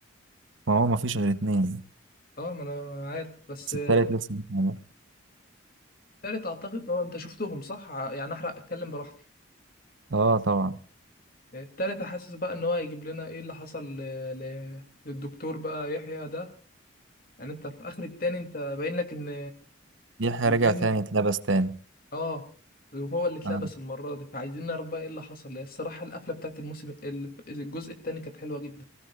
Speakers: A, on the right; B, on the left.
A: ما هو مفيش غير اتنين
B: اه ما انا عارف بس
A: بس
B: آه،
A: التالت لسه بيتعمل
B: تالت اعتقد اه انت شفتهم صح ع- يعني احرق اتكلم براحتي
A: اه طبعا
B: التالتة حاسس بقى ان هو هيجيب لنا ايه اللي حصل ل... ل... للدكتور بقى يحيى ده يعني انت في اخر التاني انت باين لك ان
A: يحيى
B: الجن
A: رجع تاني اتلبس تاني
B: اه هو اللي اتلبس
A: آه.
B: المرة دي فعايزين نعرف بقى ايه اللي حصل هي الصراحة القفلة بتاعت الموسم ال- الجزء التاني كانت حلوة جدا